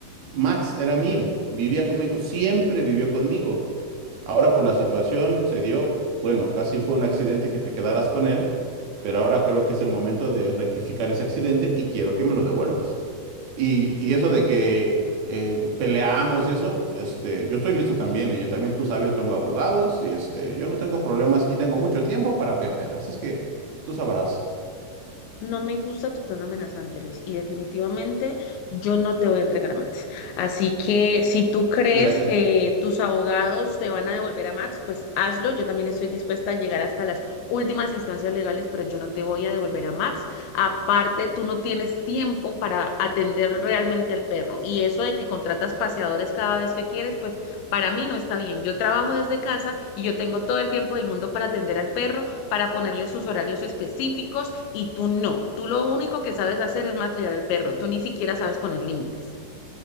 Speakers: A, on the right; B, on the left.
A: Max era mío, vivía conmigo, siempre vivió conmigo. Ahora por la situación se dio, bueno, casi fue un accidente que te quedaras con él, pero ahora creo que es el momento de rectificar ese accidente y quiero que me lo devuelvas. Y, y eso de que eh, peleamos y eso, este, yo estoy listo también. Y yo también, tú sabes, yo tengo abogados y este, yo no tengo problemas y tengo mucho tiempo para perder. Así es que tú sabrás.
B: No me gusta tu tono amenazante, Luis, y definitivamente yo no te voy a entregar a Max. Así que si tú crees
A: Mira,
B: que tus abogados te van a devolver a Max, pues hazlo. Yo también estoy dispuesta a llegar hasta las últimas instancias legales, pero yo no te voy a devolver a Max. Aparte, tú no tienes tiempo para atender realmente al perro. Y eso de que contratas paseadores cada vez que quieres, pues para mí no está bien. Yo trabajo desde casa y yo tengo todo el tiempo del mundo para atender al perro, para ponerle sus horarios específicos y tú no. Tú lo único que sabes hacer es malcriar al perro. Tú ni siquiera sabes poner límites.